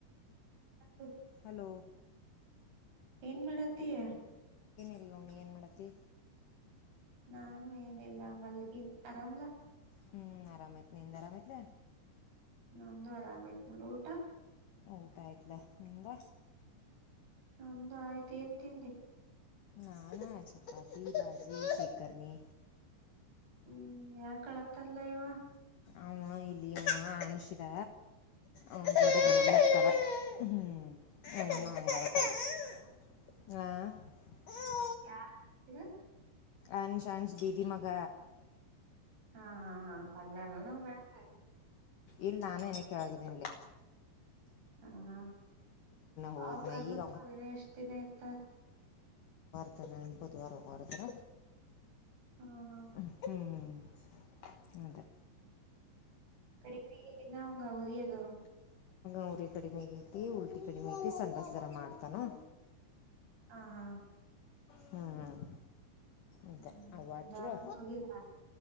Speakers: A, on the right; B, on the left.
A: ಹ ಏನ್ ಮಾಡತಿ
B: ಹಲೋ
A: ಏನ್ ಮಾಡತ್ತಯ
B: ಇವ್ ಏನ್ ಮಾಡತಿ
A: ನಾನು ಏನಿಲ್ಲ ಮಲ್ಗಿನ್ ಅರಾಮ್ಲಾ
B: ಹ್ಮ್ ಆರಾಮ ತ್ ನಿಿಂದ ಆರಾಮತ್ಲ
A: ನಂದು ಆರಾಮಾಯತ್ ನೋಡ ಊಟ
B: ಊಟ ಆಯ್ತ್ಲ ನಿಂದ
A: ನಮ್ದು ಆಯ್ತು ಏನ್ ತಿಿಂದೆ
B: ನಾ ನಾ ಚಪ್ಪಾತಿ ಬಾಜ ಶಿಕರ್ ನೀ
A: ಹ್ಮ್ ಯಾಕಳತ್ತಲ್ಲ ಇವ
B: ಅವನ ಇಲ್ಲಿ ಅಮ್ಮ ಅನಿಸಿದ ಅವನ ಬಂದ
A: ಹ
B: ಇರ್ತದ ಹ್ಮ್ <unintelligible>
A: ಹಾ
B: ಹ ಹ್ಮ್
A: ಯಾರ <unintelligible>
B: ಆಂಶ್ ಆಂಶ್ ದೀದಿ ಮಗ
A: ಹಾ ಹಾ ಹಾ ಬಣ್ಣನಲ್ಲ ಹೆಂಗೆ
B: ಇಲ್ಲಾ ನಾನ್ ಇನಕ್ಕೆಳಗದನಿಲ್ಲ
A: ಹಾ ಹಾ
B: ಹೋಗಿ
A: ಅವ್ಕರ್
B: ನಾ
A: ಮತ್
B: ಈಗ
A: ಅವ ದಿನ ಎಷ್ಟ ದಿನ ಇರ್ತಾರ
B: ಮತ್ತಲ್ಲ ಬುಧವಾರ ಹೊರತರ
A: ಹ ಹಾ
B: ಹ್ಮ್ ಹ್ಮ
A: ಹ್ಮ್ ಕಡಿಮೆಯಾಗಿಲ್ಲ ಇನ್ನೂ ಹಂಗ ಉಡಿಯೋದು
B: ಅವರಿ ಕಡಿಮೆ ಐತಿ ಉಲ್ಟಿ ಕಡಿಮೆ ಐತಿ ಸಂಡಸ ರ ಮಾಡ್ತಾನೋ
A: ಹಾ ಹಾ
B: ಹ್ಮ್ ಹ್ಮ್ ಇಂತ
A: ಹ್ಮ್
B: ಅವಟರು
A: ದವಾಖಾನೆ ಹೋಗಿಲ್ಲ